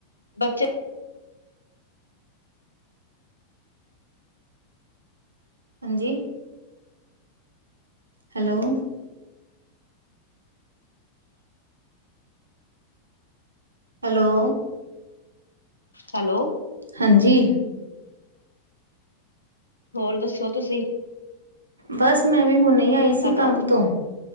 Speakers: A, on the left; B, on the right.
A: ਬੱਚੇ
B: ਹਾਂਜੀ। Hello hello
A: hello.
B: ਹਾਂਜੀ।
A: ਹੋਰ ਦੱਸੋ ਤੁਸੀਂ?
B: ਬਸ ਮੈਂ ਵੀ ਹੁਣੇ, ਆਈ ਸੀ
A: ਹੈਲੋ
B: ਕੰਮ ਤੋਂ।